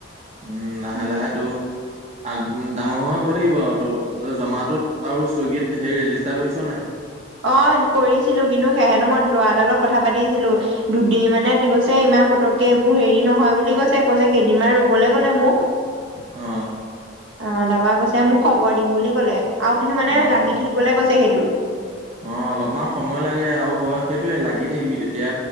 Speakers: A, on the right; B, on the right.
A: উম লাহে
B: উম
A: লাহে তো আ ডাঙৰ হৈ হৈ গৈ থাকিব আৱ তো জমাটোত আৰু চুইগীত সেই ৰেজিষ্টাৰ কৰিছ নাই।
B: অ কৰিছিলো কিন্তু সেহেতো সময়ত লৰা এটা লগত কথা পাতিছিলো দু দে মানে কৈছে ইমান পতককে এইবোৰ হেৰি নহয় বুলি কৈছে কৈছে কেইদিনমান ৰবলে কলে মোক। <inaudible>
A: অ
B: অ তাপা কৈছে মোক খবৰ দিম বুলি কলে আৰু কিন্তু মানে
A: অ',
B: লাগি থাকিবলে কৈছে সেইটোত।
A: অ অলপমান সময় লাগে আৰু হয় সেইটোয়ে লাগি থাকিবি তেতিয়া